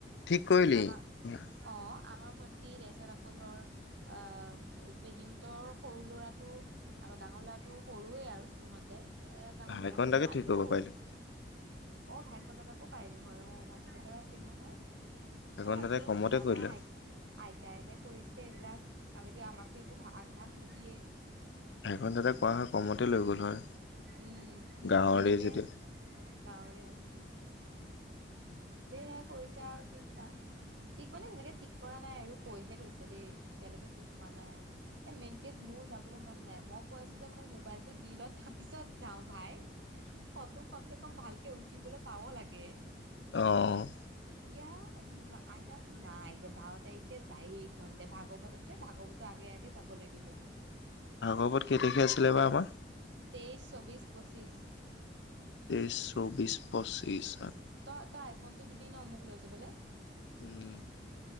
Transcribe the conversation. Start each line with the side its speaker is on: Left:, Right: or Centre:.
Left: ঠিক কৰিলি
Right: আমাৰ
Left: ভান?
Right: অ', আমাৰ ভণ্টি তাৰপিছত আকৌ ধৰ আহ, সিহঁতৰ সৰু ল'ৰাটো আকৌ ডাঙৰ ল'ৰাটো সৰুৱে আৰু সিহঁতে এ, ডাঙৰ
Left: ভাইকন
Right: ল'ৰা
Left: দাকে
Right: এই আমিকিটা
Left: ঠিক কৰিব পাৰিলো
Right: অ', ভাইকন দাদাকো পাৰিলোঁ হয়, অ', ভাইকন দাদাৰ আছিল নহয়!
Left: ভাইকন
Right: এই ভাবিবই
Left: দাদাই কমতে
Right: নহ'লে আমাৰ
Left: কৰিলে
Right: আই আইতাইহে কৰিছে এইবিলাক, আমিতো আমাকটো একো আগভাগ নিদিয়ে।
Left: ভাইকন দাদাক কোৱা হয়, কমতে লৈ গ'ল হয়।
Right: উম, নিজেহে
Left: গাঁৱৰে যেতিয়া
Right: গাঁৱৰে উম। নিজেহে কৰিছে আৰু ঠিক জানো ঠিক মানে তেনেকে ঠিক কৰা নাই আৰু। কৈহে থৈছে দেই, এতিয়ালৈকে ঠিক হোৱা নাই। এই মেইন কেছ মোৰ যাবলৈ মন নাই মই কৈ আছো যে মোৰ মোবাইলটো দি লয় তাৰপিছত যাওঁ ভাই। ফটো কম চে কম ভালকে উঠিবলৈ পাব লাগে।
Left: অ'।
Right: এতিয়া উ আইতাহঁতো নাই বাৰ তাৰিখে যায়েই সিহঁতে ভাগৱত আছে ভাগৱত তৰ আগে আগে যাব লাগিব।
Left: ভাগৱত কেই তাৰিখে আছিলে বা আমাৰ?
Right: তেইছ, চৌব্বিছ, পঁচিছ।
Left: তেইছ, চৌব্বিছ, পঁচিছ আ
Right: ত-তই আইফোন টো দিবি ন' মোক লৈ যাবলে।
Left: উম।